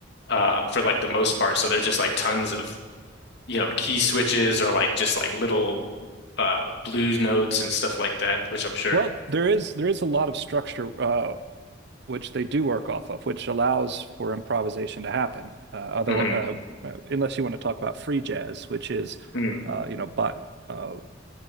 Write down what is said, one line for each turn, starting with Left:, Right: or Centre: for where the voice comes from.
Left: uh, for like the most part. So there's just like tons of you know, key switches or like just like little uh blues notes and stuff like that, which I'm sure.
Right: Well, there is there is a lot of structure uh, which they do work off of, which allows for improvisation to happen. Uh, other
Left: hmm
Right: uh, uh, unless you want to talk about free jazz, which is
Left: mm
Right: uh, you know by, uh,